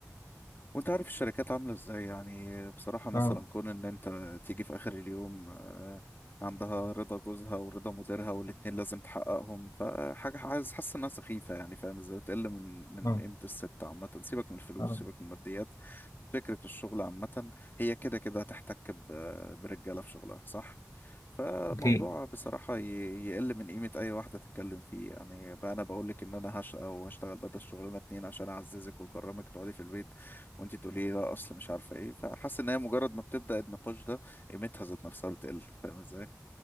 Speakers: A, on the left; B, on the left.
A: وانت عارف الشركات عاملة ازاي يعني بصراحة مثلا
B: اه
A: كون ان انت تيجي في اخر اليوم آه، عندها رضا جوزها ورضا مديرها والاتنين لازم تحققهم فحاجة عايز حاسس انها سخيفة يعني فاهم ازاي بتقل من من
B: اه
A: قيمة الست عامة سيبك من الفلوس
B: اه
A: سيبك من الماديات فكرة الشغل عامة هي كده كده هتحتك ب- برجالة في شغلها صح؟ فموضوع
B: اوكي
A: بصراحة ي- يقل من قيمة أي واحدة تتكلم فيه يعني بقى أنا بقولك إن أنا هشقى وهشتغل بدل الشغلانة اتنين عشان أعززك وأكرمك تقعدي في البيت وانت تقولي لي لا اصل مش عارفه ايه فحاسس ان هي مجرد ما بتبدا النقاش ده قيمتها ذات نفسها بتقل فاهم ازاي